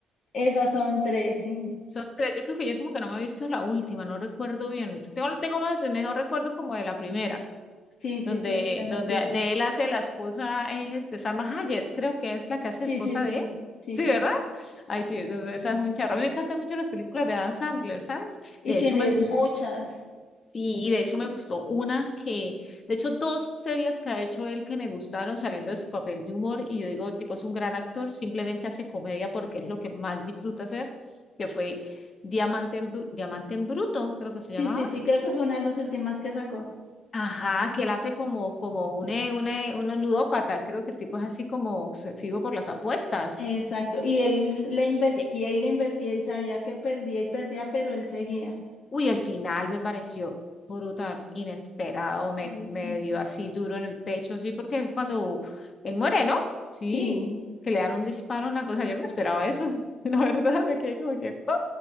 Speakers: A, on the left; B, on the left.
A: Esas son tres, sí.
B: Son tres. Yo creo que yo como que no me he visto la última, no recuerdo bien. Tengo, tengo más, mejor recuerdo como de la primera.
A: Sí, sí,
B: donde,
A: sí, es que es muy
B: donde
A: chistosa.
B: de él hace la esposa, es este, Salma Hayek, creo que es la que hace
A: Sí,
B: esposa
A: sí, sí,
B: de él.
A: sí,
B: Sí,
A: sí,
B: ¿verdad?
A: sí.
B: Ay, sí, eso- esa es un charro. A mí me encantan mucho las películas de Adam Sandler, ¿sabes?
A: Y
B: De hecho,
A: tienes
B: me gustó.
A: muchas.
B: Sí, de hecho me gustó una que, de hecho, dos series que ha hecho él que me gustaron saliendo de su papel de humor y yo digo, tipo, es un gran actor, simplemente hace comedia porque es lo que más disfruta hacer, que fue Diamante en, Bru- Diamante en Bruto, creo que se
A: Sí,
B: llamaba,
A: sí, sí, creo que fue una de las últimas que sacó.
B: Ajá, que él hace como, como un, eh, un, eh, un ludópata, creo que el tipo es así como obsesivo por las apuestas.
A: Exacto. Y él le invertía
B: Sí.
A: y le invertía y sabía que perdía y perdía, pero él seguía.
B: Uy, el final me pareció brutal, inesperado, me,
A: Sí,
B: me
A: sí.
B: dio así duro en el pecho, sí, porque es cuando él muere, ¿no? Sí,
A: Sí,
B: que le dan un disparo en la cosa, yo no me esperaba eso, <laughs> la verdad, me quedé como que, ¡ah!